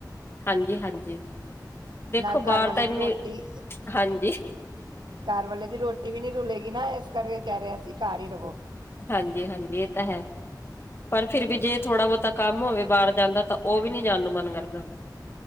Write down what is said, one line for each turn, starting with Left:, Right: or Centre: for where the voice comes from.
Left: ਹਾਂਜੀ ਹਾਂਜੀ ਦੇਖੋ
Right: ਨਾਲ ਘਰ
Left: ਬਾਹਰ
Right: ਵਾਲੇ
Left: ਤਾਂ ਇੰਨੀ
Right: ਦੀ ਰੋਟੀ
Left: ਹਾਂਜੀ
Right: ਘਰ ਵਾਲੇ ਦੀ ਰੋਟੀ ਵੀ ਨੀ ਰੁਲੇਗੀ ਨਾ ਇਸ ਕਰਕੇ ਕਹਿ ਰਿਹਾ ਸੀ ਘਰ ਹੀ ਰਵੋ
Left: ਹਾਂਜੀ ਹਾਂਜੀ ਇਹ ਤਾਂ ਹੈ ਪਰ ਫਿਰ ਵੀ ਜੇ ਥੋੜ੍ਹਾ ਬਹੁਤਾ ਕੰਮ ਹੋਵੇ ਬਾਹਰ ਜਾਂਦਾ ਤਾਂ ਉਹ ਵੀ ਨੀ ਜਾਣ ਨੂੰ ਮਨ ਕਰਦਾ